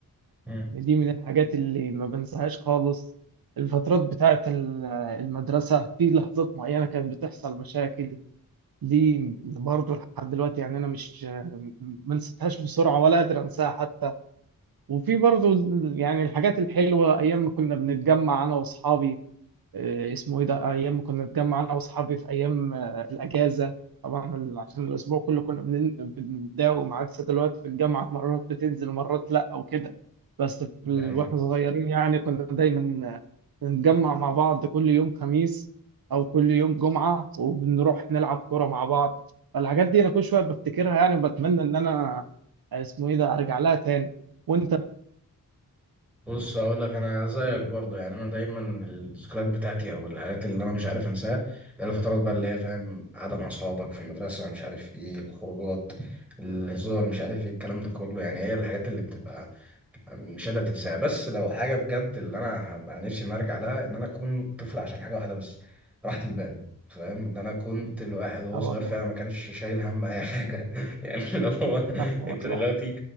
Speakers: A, in the centre; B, on the right.
A: مم.
B: يعني دي من الحاجات اللي ما بنساهاش خالص الفترات بتاعت ال- المدرسة في لحظات معينة كانت بتحصل مشاكل دي برضه لحد دلوقتي يعني أنا مش ما نسيتهاش بسرعة ولا قادر أنساها حتى وفي برضه يعني الحاجات الحلوة أيام ما كنا بنتجمع أنا وأصحابي آه، اسمه ايه ده ايام ما كنا نتجمع انا واصحابي في ايام آه، الاجازه طبعا ال- عشان الاسبوع كله كنا بنن- بنداوم عكس دلوقتي في الجامعه مرات بتنزل ومرات لا وكده بس في
A: ده
B: ال...
A: حقيقة.
B: واحنا صغيرين يعني كنا دايما آه، نتجمع مع بعض كل يوم خميس او كل يوم جمعه وبنروح نلعب كوره مع بعض فالحاجات دي انا كل شويه بفتكرها يعني وبتمنى ان انا آه، اسمه ايه ده ارجع لها تاني وانت
A: بص هقول لك انا زيك برضه يعني انا دايما الذكريات بتاعتي او الحاجات اللي انا مش عارف انساها اللي هي الفترات بقى اللي هي فاهم قعده مع اصحابك في المدرسه مش عارف ايه الخروجات الهزار مش عارف ايه الكلام ده كله يعني هي الحاجات اللي بتبقى مش قادر تنساها بس لو حاجه بجد اللي انا هبقى نفسي اني ارجع لها ان انا اكون طفل عشان حاجه واحده بس راحه البال فاهم ده انا كنت الواحد وهو
B: اه
A: صغير
B: والله
A: فعلا ما كانش شايل هم اي حاجه <laughs> يعني اللي هو
B: اه والله
A: انت دلوقتي